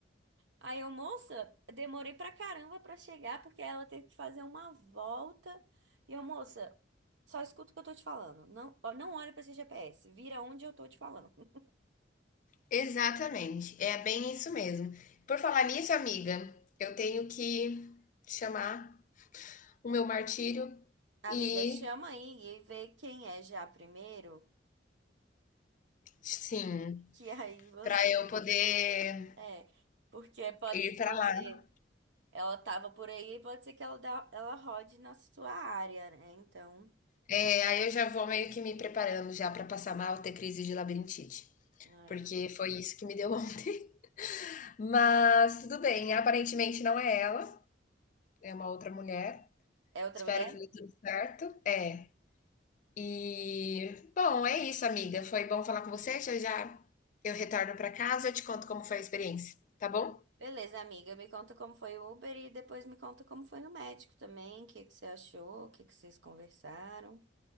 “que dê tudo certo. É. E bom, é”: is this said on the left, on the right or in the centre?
Left